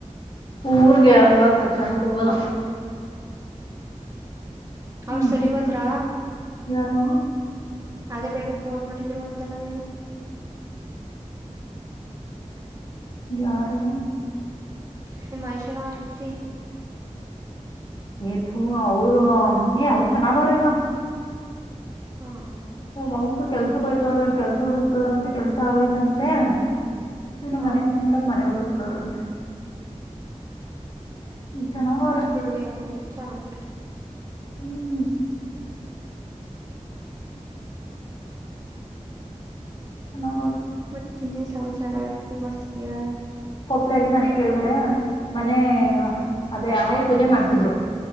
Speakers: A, on the left; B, on the right.
A: ಊರ್ಗೆ ಇವಾಗ ತಕ್ಷಣಕ್ಕೆ ಹೋಗಲ್ಲ.
B: ಅವ್ರ
A: ನೆಕ್ಸ್ಟ್
B: ಸರಿ ಹೋದ್ರಾ?
A: ಯಾರು
B: ಅದೇ ಬೆಳಿಗ್ಗೆ ಫೋನ್ ಮಾಡಿದ್ರು ಅಂತಲ್ಲ ನೀನು.
A: ಯಾರು?
B: ಹೇ ಮಹೇಶಣ್ಣ ಹೆಂಡ್ತಿ.
A: ಏತು ಅವರು ಏ ಅವ್ರು ಚೆನ್ನಾಗ ಅವ್ರ ಈಗ.
B: ಹಾ
A: ಒರು ಕೆಲ್ಸಕ್ಕೋಯ್ತವ್ರ ಕೆಲ್ಸ ಹುಡುಕ್ತವ್ರಂತೆ ಕೆಲ್ಸ ಆಗೈತಂತೆ. ನನ್ನ
B: ಹಾ
A: ಮನೆ ಚನ್ನ ಮಾಡಕ್ ಮನೆ ಹುಡುಕ್ತವ್ರಂತೆ. ಚೆನ್ನಾಗವ್ರ
B: ಬಿಡು ಹೆಂಗು ಚೆನ್ನಾಗಿಲ್ರಿ.
A: ಹ್ಮ್ ಚೆನ್ನ.
B: ಮತ್ತೆ ಚನ್ನೇನ್ ಸಮಾಚಾರ ಏಏನ್ ಮಾಡ್ತಿದಯಾ?
A: ಕೊಪ್ಲಲ್ಲಿ ಮನೆ ಕೆಳಗಡೆ ಮನೆ ಅದೇ ಆಯ ಪೂಜೆ ಮಾಡ್ಸಿದ್ರು.